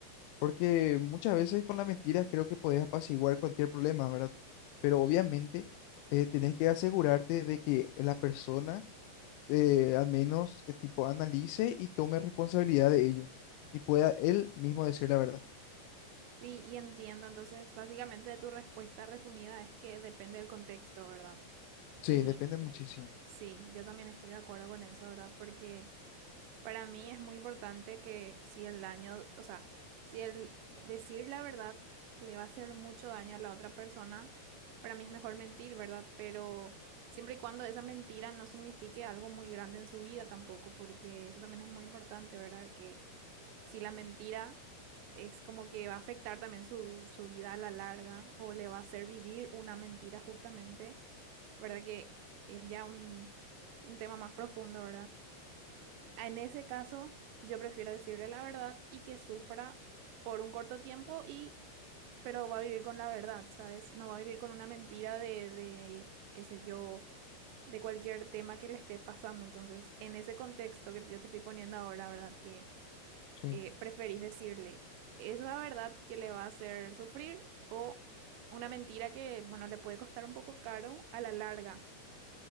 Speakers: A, on the left (about 85°); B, on the right (about 80°).
A: Porque muchas veces con las mentiras creo que podés apaciguar cualquier problema, ¿verdad? Pero obviamente eh, tenés que asegurarte de que la persona eh, al menos eh, tipo analice y tome responsabilidad de ello y pueda él mismo decir la verdad.
B: Sí, y entiendo. Entonces, básicamente de tu respuesta resumida es que depende del contexto, ¿verdad?
A: Sí,
B: Y
A: depende muchísimo.
B: sí, yo también estoy de acuerdo con eso, ¿verdad? Porque... Para mí es muy importante que si el daño, o sea, si el decir la verdad le va a hacer mucho daño a la otra persona, para mí es mejor mentir, ¿verdad? Pero siempre y cuando esa mentira no signifique algo muy grande en su vida tampoco, porque eso también es muy importante, ¿verdad? Que si la mentira es como que va a afectar también su, su vida a la larga o le va a hacer vivir una mentira justamente, ¿verdad? Que es ya un, un tema más profundo, ¿verdad? En ese caso, yo prefiero decirle la verdad y que sufra por un corto tiempo y, pero va a vivir con la verdad, ¿sabes? No va a vivir con una mentira de, de, qué sé yo, de cualquier tema que le esté pasando. Entonces, en ese contexto que yo te estoy poniendo ahora, ¿verdad? Que
A: Sí.
B: eh, preferís decirle esa verdad que le va a hacer sufrir o una mentira que, bueno, le puede costar un poco caro a la larga,